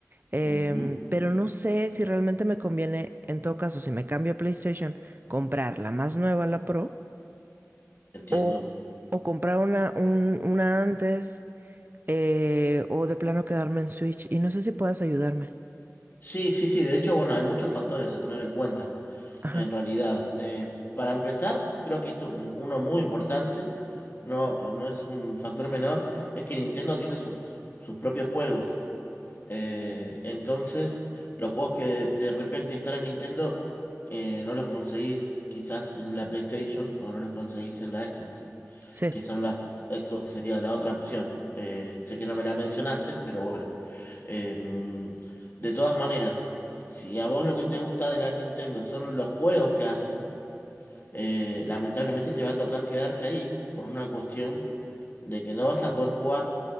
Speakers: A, on the right; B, on the left.
A: em,
B: ujú,
A: pero no sé si realmente me conviene, en todo caso, si me cambio a PlayStation, comprar la más nueva, la Pro,
B: Entiendo.
A: o, o comprar una, un- una antes, eh, o de plano quedarme en Switch. Y no sé si puedas ayudarme.
B: Sí, sí, sí. De hecho, bueno, hay muchos factores a tener en cuenta.
A: Ajá,
B: En realidad, Eh, para empezar, creo que es un- uno muy importante. No, no es un factor menor. Es que Nintendo tiene sus, sus propios juegos. Eh, entonces, los juegos que de repente están en Nintendo, eh, no los conseguís quizás en la PlayStation o no los conseguís en la Xbox,
A: sí.
B: que son la Xbox sería la otra opción. Eh, sé que no me la mencionaste, pero bueno. Eh, de todas maneras, si a vos lo que te gusta de la Nintendo son los juegos que hacen, eh, lamentablemente te va a tocar quedarte ahí por una cuestión de que no vas a poder jugar